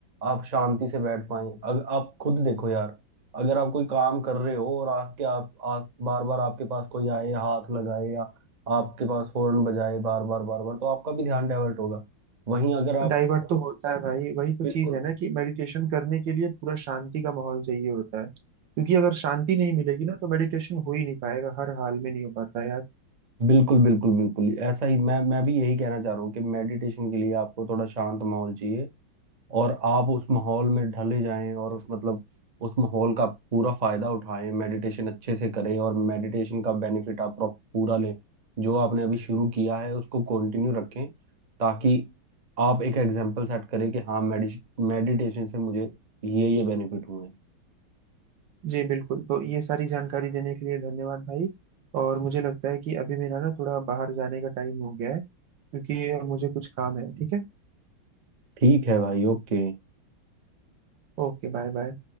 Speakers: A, on the right; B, on the right.
A: आप शांति से बैठ पाएं अगर आप खुद देखो यार अगर आप कोई काम कर रहे हो और आके आप आ, बार बार आपके पास कोई आए हाथ लगाए या आपके पास हॉर्न बजाए बार बार बार बार तो आपका भी ध्यान डाइवर्ट होगा वहीं अगर आप
B: डाइवर्ट तो होता है भाई वही तो
A: बिल्कुल
B: चीज है ना कि मेडिटेशन करने के लिए पूरा शांति का माहौल चाहिए होता है क्योंकि अगर शांति नहीं मिलेगी ना तो मेडिटेशन हो ही नहीं पाएगा हर हाल में नहीं हो पाता है यार
A: बिल्कुल बिल्कुल बिल्कुल ऐसा ही मैं मैं भी यही कहना चाह रहा हूँ कि मेडिटेशन के लिए आपको थोड़ा शांत माहौल चाहिए और आप उस माहौल में ढले जाएं और उस मतलब उस माहौल का पूरा फायदा उठाएं मेडिटेशन अच्छे से करें और मेडिटेशन का बेनिफिट आप प्रॉप- पूरा लें जो आपने अभी शुरू किया है उसको कंटिन्यू रखें ताकि आप एक एग्जाम्पल सेट करें कि हाँ मेडिटेशन से मुझे ये ये बेनिफिट हुए हैं
B: जी बिल्कुल तो ये सारी जानकारी देने के लिए धन्यवाद भाई और मुझे लगता है कि अभी मेरा ना थोड़ा बाहर जाने का टाइम हो गया है क्योंकि मुझे कुछ काम है ठीक है
A: ठीक है भाई ओके
B: Okay bye bye